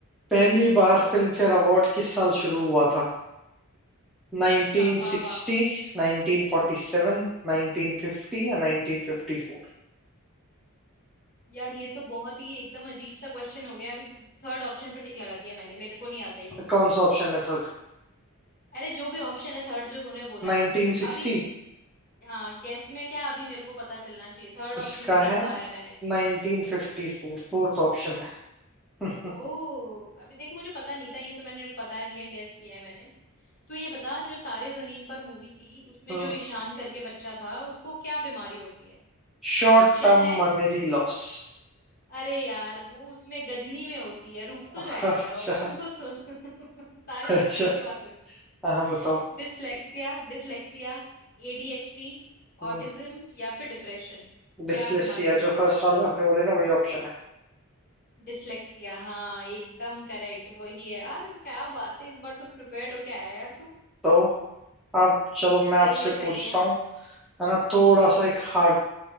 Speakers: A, in the centre; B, on the left (about 40°).
A: पहली बार फिल्म फेयर अवार्ड किस साल शुरू हुआ था 1960
B: अच्छा वाह वाह
A: 1947 1950 या 1954
B: यार ये तो बहुत ही एकदम अजीब सा क्वेश्चन हो गया अभी थर्ड ऑप्शन पे टिक लगा दिया मैंने मेरे को नहीं आता ये
A: कौन सा ऑप्शन है थर्ड
B: अरे जो भी ऑप्शन है थर्ड जो तूने बोला
A: 1960
B: अभी हाँ गैस में क्या अभी मेरे को पता चलना चाहिए थर्ड ऑप्शन
A: इसका
B: पे गैस
A: है
B: मारा है मैंने
A: 1954 फोर्थ ऑप्शन है हम्म,
B: ओ अभी देख मुझे पता नहीं था ये तो मैंने बता दिया गेस किया है मैंने तो ये बता जो तारे जमीन पर मूवी थी उसमें
A: हम्म।
B: जो ईशान करके बच्चा था उसको क्या बीमारी होती है
A: Short
B: ऑप्शन
A: term
B: है
A: memory loss
B: अरे यार वो उसमें गजनी में होती है रुक
A: <laughs>
B: तो जाया
A: अच्छा
B: कर ऑप्शन तो सुन <laughs> तारे
A: अच्छा
B: जमीन की बात हो रही है
A: हाँ हाँ, बताओ
B: Dyslexia dyslexia एडीएचडी
A: हम्म
B: ऑटिज्म या फिर डिप्रेशन क्या
A: डिस्लेक्सिया
B: बीमारी होती
A: जो
B: है
A: फर्स्ट
B: उसको
A: वाले आपने बोले ना वही ऑप्शन है
B: डिसलेक्सिया हाँ एकदम करेक्ट वही है यार क्या बात है इस बार तो प्रिपेयर्ड होके आया यार तू
A: तो आप चलो मैं
B: सही
A: आपसे
B: है
A: पूछता
B: सही है
A: हूँ है ना थोड़ा सा एक हार्ड